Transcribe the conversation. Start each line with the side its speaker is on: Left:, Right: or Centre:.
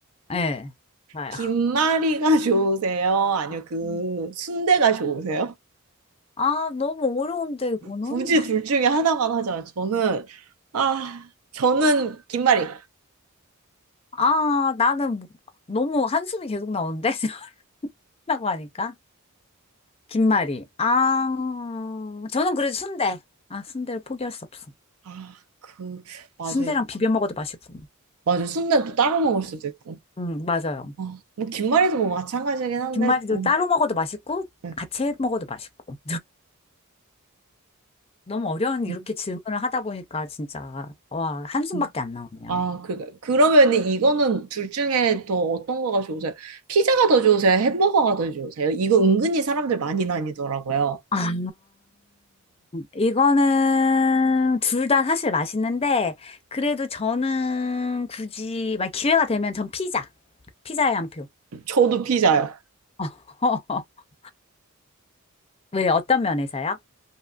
Left: 네. 좋아요.
Right: 김말이가 <laughs> 좋으세요? 아니요,
Left: 음.
Right: 그 순대가 좋으세요?
Left: 아, 너무 어려운데, 이거는?
Right: 굳이 둘 중에 하나만 하자면 저는 아 저는 김말이
Left: 아, 나는 너무 한숨이 계속 나오는데? <laughs> 라고 하니까. 김말이. 아, 저는 그래도 순대. 아, 순대를 포기할 수 없어.
Right: 아 그 맞아
Left: 순대랑 비벼 먹어도 맛있고.
Right: 맞아 순대는 또 따로 먹을 수도 있고
Left: 음, 맞아요.
Right: 아, 뭐 김말이도 뭐 마찬가지긴 한데
Left: 김말이도
Right: 음,
Left: 따로 먹어도 맛있고
Right: 네,
Left: 같이 해 먹어도 맛있고. 너무 어려운
Right: 음,
Left: 이렇게 질문을 하다 보니까 진짜 와, 한숨밖에
Right: 음.
Left: 안 나오네요.
Right: 아 그, 그러면 이거는 둘 중에 더 어떤 거가 좋으세요? 피자가 더 좋으세요? 햄버거가 더 좋으세요? 이거 은근히 사람들 많이 나뉘더라고요.
Left: 아, 이거는 둘 다 사실 맛있는데 그래도 저는 굳이 막 기회가 되면 전 피자. 피자에 한 표.
Right: 저도 피자요.
Left: <laughs> 왜 어떤 면에서요?